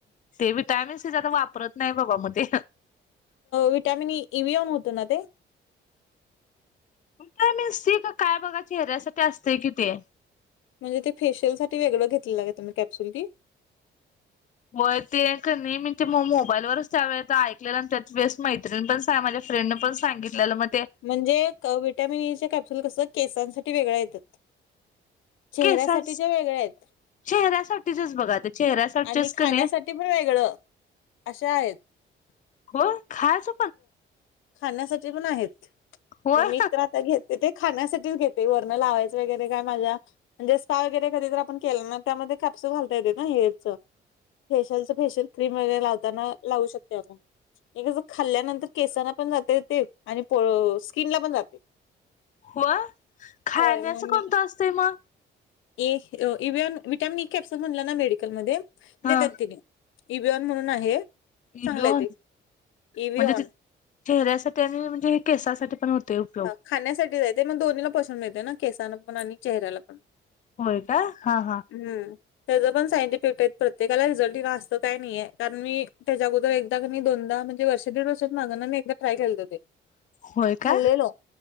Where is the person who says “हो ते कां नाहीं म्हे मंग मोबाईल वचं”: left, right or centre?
Left